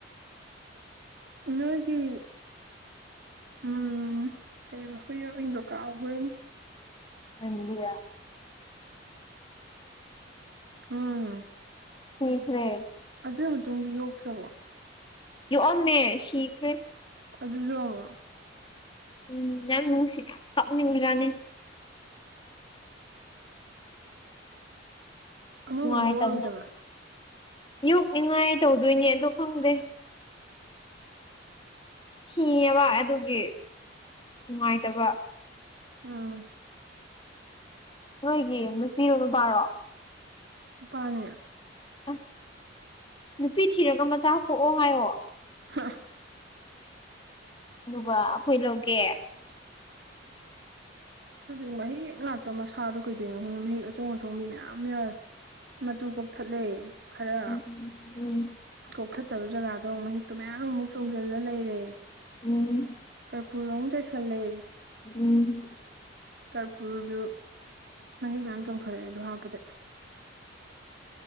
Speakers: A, on the right; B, on the left.
A: ꯅꯣꯏꯒꯤ ꯎꯝ ꯀꯩ ꯃꯈꯨꯏ ꯌꯥꯝ ꯏꯪꯗ ꯀꯥꯎꯈ꯭ꯔꯦ
B: ꯃꯟꯗꯤꯌꯥ
A: ꯎꯝ
B: ꯁꯤꯈ꯭ꯔꯦ
A: ꯑꯗꯨꯏ ꯃꯇꯨꯡꯗꯤ ꯌꯣꯛꯇ꯭ꯔꯕꯣ
B: ꯌꯣꯛꯑꯝꯃꯦ ꯁꯤꯈ꯭ꯔꯦ
A: ꯑꯗꯨꯔꯣ
B: ꯎꯝ ꯌꯥꯝ ꯅꯨꯡꯁꯤꯕ ꯀꯞꯅꯤꯡꯕ ꯖꯠꯅꯤ
A: ꯑꯃꯃꯨꯛ
B: ꯅꯨꯡꯉꯥꯏꯇꯕꯅꯦ
A: ꯌꯣꯛꯑꯔꯣꯏꯗꯕ
B: ꯌꯣꯛꯅꯤꯡꯉꯥꯏ ꯇꯧꯗꯣꯏꯅꯦ ꯑꯗꯣ ꯈꯪꯗꯦ ꯁꯤꯑꯦꯕ ꯑꯗꯨꯒꯤ ꯅꯨꯡꯉꯥꯏꯇꯕ
A: ꯎꯝ
B: ꯅꯣꯏꯒꯤ ꯅꯨꯄꯤꯔꯣ ꯅꯨꯄꯥꯔꯣ
A: ꯄꯥꯅꯤ
B: ꯑꯁ ꯅꯨꯄꯤ ꯊꯤꯔꯒ ꯃꯆꯥ ꯄꯣꯛꯑꯣ ꯍꯥꯏꯌꯣ
A: ꯍꯥ
B: ꯑꯗꯨꯒ ꯑꯈꯣꯏ ꯂꯧꯒꯦ
A: ꯁꯖꯤꯛ ꯃꯍꯤꯛ ꯂꯥꯛꯇꯕ ꯃꯁꯥꯗꯣ ꯀꯩꯗꯩꯅꯣ ꯈꯪꯗꯦ ꯃꯁꯥꯗꯣ ꯃꯍꯤꯛ ꯑꯆꯣꯡ ꯑꯆꯣꯡꯕꯤ ꯃꯌꯥꯝ ꯌꯥꯎꯔꯦ꯫ ꯃꯇꯨ ꯀꯣꯛꯊꯠꯂꯦ ꯈꯔ
B: ꯎꯝ ꯎꯝ
A: ꯀꯣꯛꯊꯠꯇꯕ ꯖꯒꯥꯗꯣ ꯃꯍꯤꯛꯇꯣ ꯃꯌꯥꯝ ꯑꯃꯨꯛ ꯆꯣꯡꯖꯜꯂ ꯂꯩꯔꯦ
B: ꯎꯝ
A: ꯀꯔꯄꯨꯔ ꯑꯃꯨꯛ ꯆꯥꯏꯁꯤꯜꯂꯦ
B: ꯎꯝ
A: ꯀꯔꯄꯨꯔꯗꯨ ꯃꯍꯤꯛ ꯃꯌꯥꯝ ꯆꯣꯡꯊꯣꯔꯛꯑꯦ ꯑꯗꯨ ꯍꯥꯞꯄꯗ